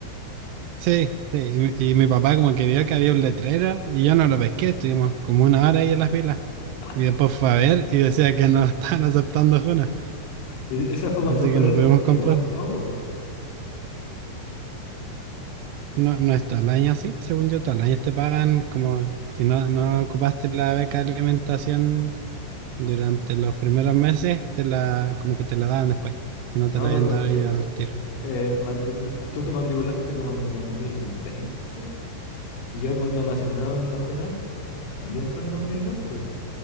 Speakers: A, on the right (about 80°); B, on the left (about 80°).
A: Sí, sí. Y, mi y mi papá como que vio que había un letrero y yo no lo pesqué. Estuvimos como una hora ahí en la fila.
B: <laughs>
A: Y después fue a ver y decía que no <laughs> estaban aceptando Juna,
B: Y ese fue cuando
A: así
B: fue
A: que no
B: retroactivo
A: pudimos comprar.
B: el pago, ¿no?
A: No, no es todo el año así, según yo, todo el año te pagan como si no, no ocupaste la beca de alimentación durante los primeros meses, te la, como que te la daban después, si no
B: No,
A: te la habían
B: pero
A: dado
B: es que
A: ellos al tiro.
B: eh, matricul- tú te matriculaste como en 2020 y yo cuando me asignaron la JUNAC también fue en 2020. po.